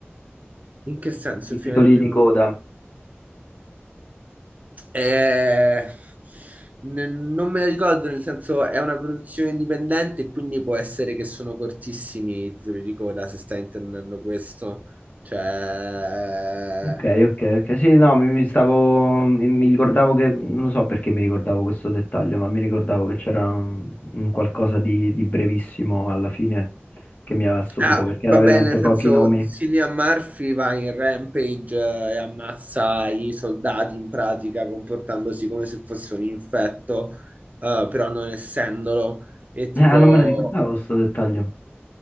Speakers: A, on the right; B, on the left.
A: In che senso
B: I
A: il fine
B: titoli
A: del primo?
B: di coda.
A: Eh, n- non me la ricordo, nel senso è una produzione indipendente, quindi può essere che sono cortissimi i titoli di coda se stai intendendo questo. Cioè...
B: Ok, ok, ok. Sì, no, mi, mi stavo, mi, mi ricordavo che, non so perché mi ricordavo questo dettaglio, ma mi ricordavo che c'era un, un qualcosa di, di brevissimo alla fine che mi aveva stupito
A: Ah,
B: perché
A: va
B: era veramente
A: bene, nel senso
B: pochi nomi.
A: Cillian Murphy va in rampage eh, e ammazza i soldati in pratica comportandosi come se fosse un infetto, eh, però non essendolo. E tipo...
B: Ah, non me la ricordavo questo dettaglio.